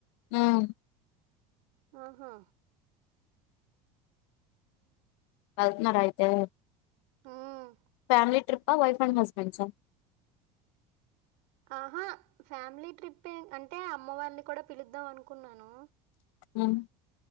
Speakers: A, on the left (about 75°); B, on the right (about 65°).
A: ఉమ్మ్
B: ఆహా.
A: అట్లనా అయితే.
B: ఉమ్మ్.
A: ఫ్యామిలీ ట్రిపా వైఫ్ అండ్ హస్బెండ్సా.
B: ఆహా ఫ్యామిలీ ట్రిపె అంటే అమ్మవాళ్ళని కూడా పిలుద్దాం అనుకున్నాను.
A: ఉమ్